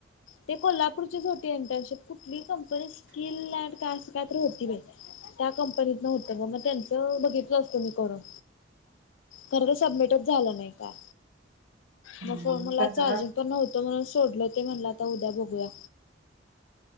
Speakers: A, on the left; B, on the right.
A: ते कोल्हापूरची होती इंटर्नशिप कुठलीही कंपनी किल्लाट का असं काय तर होती बाई त्या कंपनीतन होतं मग त्यांचं बघितलं असत मी करून खरं तर सबमिटच झालं नाही का?
B: हम्म,
A: मग फोनला
B: तसंच
A: चार्जिंग
B: असतं
A: पण नव्हतं म्हणून सोडलं ते म्हणला आता उद्या बघूया.